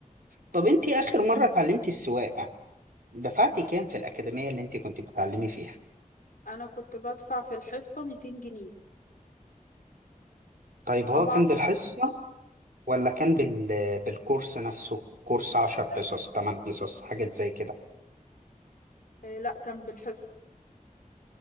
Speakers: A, on the right; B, on the left.
A: طب انت اخر مرة اتعلمتي السواقة دفعتي كام في الأكاديمية اللي انت كنت بتتعلمي فيها
B: انا كنت بدفع في الحصه 200 جنيه
A: طيب
B: طبعا
A: هو كان بالحصة ولا كان بال... بالكورس نفسه كورس عشر حصص
B: لا
A: تمن حصص حاجات زي كده
B: آه، لا كان بالحصه